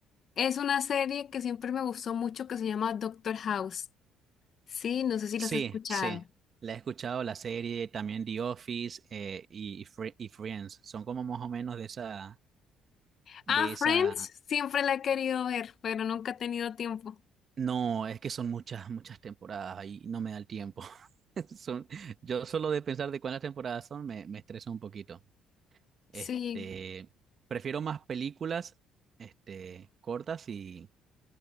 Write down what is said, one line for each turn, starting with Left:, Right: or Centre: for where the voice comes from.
Left: Es una serie que siempre me gustó mucho que se llama Doctor House. Sí, no sé si
Right: Sí,
Left: la has escuchado.
Right: sí. La he escuchado la serie, también The Office eh, y, y Fri- y Friends. Son como más o menos de esa, de
Left: Ah,
Right: esa.
Left: Friends, siempre la he querido ver, pero nunca he tenido tiempo.
Right: No, es que son muchas, muchas temporadas y no me da el tiempo. <laughs> Son, yo solo de pensar de cuántas temporadas son me, me estresa un poquito. Este,
Left: Sí.
Right: prefiero más películas, este, cortas y,